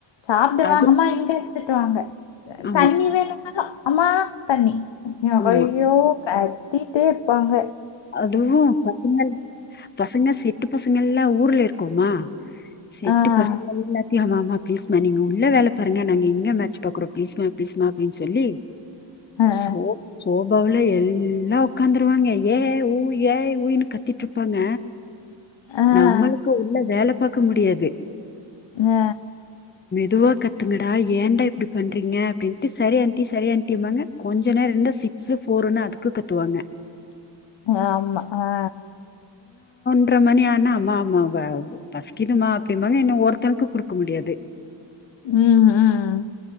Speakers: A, on the left; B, on the left.
A: சாப்டு
B: அது
A: வாங்கம்மா இங்க திட்டுவாங்க அ
B: ஆமா
A: தண்ணி வேணு நல்லா அம்மா தண்ணி
B: ஆமா
A: ஐயோ கத்தி டேர்ப்பாங்க
B: அதுவு பசங்கள் பசங்க செ ட்டு பசங்கெல்லா ஊர்ல இருக்கோமா செட்டு
A: ஆஹ்
B: பசங்கெல்லாத்தியு அவ மா ப்ளீஸ்மா நீங்க உள்ள வேல பாருங்க நாங்க இங்க மேச் பாக்றோ ப்ளீஸ்மா ப்ளீஸ்மா அப்டின் சொல்லி
A: ஆஹ்
B: சோ சோபாவுல எல்லா க்காந்ருவாய்ங்க ஏ ஊய் ஏய் ஊய்னு கத்திட்ரு ப்பாங்க
A: ஆஹ்
B: நம்முளுக்கு உள்ள வேல பாக்க முடியாது
A: அ
B: துவா கத்துங்கடா ஏன்டா இப்டி பண்றீங்க அப்டின்ட்டு சரி ஏன்ட்டி சரி ஏன்ட்டிம்மாங்க கொஞ்ச நேர இருந்தா சிக்ஸு ஃபோருன்னு அதுக்கு கத்துவாங்க
A: ஆமா ஆ
B: அப்புற மணி ஆனா அம்மா அம்மா வ பசிக்குதுமா அப்டிமாங்க என்ன ஒருத்தனுக்கு கொடுக்க முடியாது
A: ம், ம்.